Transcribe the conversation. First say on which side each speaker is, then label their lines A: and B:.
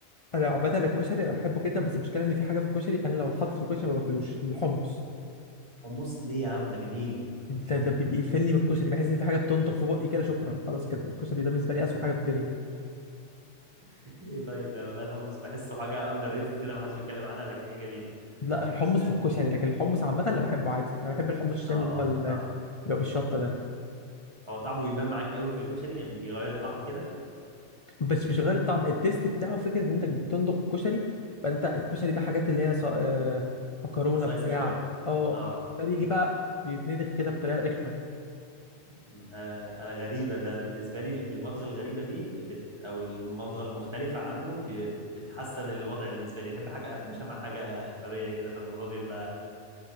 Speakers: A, on the left (about 55°); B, on the right (about 20°).
A: انا عامه الكشري انا بحبه جدا بس المشكله ان في حاجه في الكشري انا لو اتحط في الكشري ما باكلوش الحمص
B: حمص ليه يا عم ده جميل
A: ده ده بي- بيقفلني من الكشري بحس ان في حاجه بتنضغ في بقي كده شكرا خلاص كده الكشري ده بالنسبه لي اسوء حاجه في الدنيا
B: <laughs> ليه طيب ده والله الحمص بحسه حاجه اندر ريتد كده ما حدش بيتكلم عنها لكن هي جميله
A: لا الحمص
B: بس اه
A: في الكشري لكن الحمص عامة أنا بحبه عادي أنا بحب الحمص الشامي
B: اه آه،
A: اللي هو ال- اللي
B: فاهمك
A: هو بالشطة ده
B: هو طعمه بيبان معاك قوي في الكشري يعني بيغير الطعم كده
A: بس مش غير الطعم التيست بتاعه فكرة إن أنت بتندق الكشري فأنت الكشري ده حاجات اللي هي ص... آه، مكرونة
B: صيصه
A: بتاع
B: شويه
A: أه
B: اه
A: ده بيجي بقى يتندخ كده بطريقة رخمة
B: م- آه، انا غريبه ده بالنسبه لي المضغه الغريبه دي بت او المضغه المختلفه عنه ب- بت- بتحسن الوضع بالنسبه لي بحب حاجه قرمشه مع حاجه طريه كده فالموضوع بيبقى